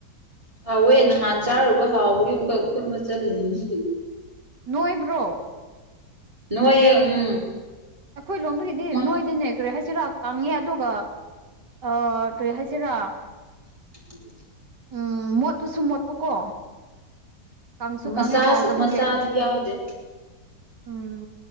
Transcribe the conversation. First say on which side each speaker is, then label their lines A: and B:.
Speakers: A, on the right; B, on the right.
A: ꯍꯥꯎꯋꯦ ꯅꯍꯥꯟ ꯆꯥꯔꯨꯕ ꯍꯥꯎꯕꯒꯤ ꯑꯃꯨꯛꯀ ꯈꯨꯨꯟꯕ ꯆꯠꯂꯤꯅꯤꯅꯦ
B: ꯅꯣꯏꯕ꯭ꯔꯣ
A: ꯅꯣꯏꯌ‌ꯦ ꯎꯝ
B: ꯑꯩꯈꯣꯏ ꯂꯣꯝꯗꯒꯤꯗꯤ
A: ꯃꯥ
B: ꯅꯣꯏꯗꯤꯅꯦ ꯀꯔꯤ ꯍꯥꯏꯁꯤꯔꯥ ꯀꯪꯉꯦ ꯑꯗꯨꯒ ꯑ ꯀꯔꯤ ꯍꯥꯏꯁꯤꯔꯥ
A: <unintelligible>
B: ꯎꯝ ꯃꯣꯠꯄꯁꯨ ꯃꯣꯠꯄꯀꯣ ꯀꯥꯡꯁꯨ
A: ꯃꯆꯥ
B: ꯀꯥꯡꯉꯦ ꯍꯥꯎꯇꯕꯒꯤ
A: ꯃꯆꯥꯗꯤ ꯌꯥꯎꯗꯦ
B: ꯎꯝ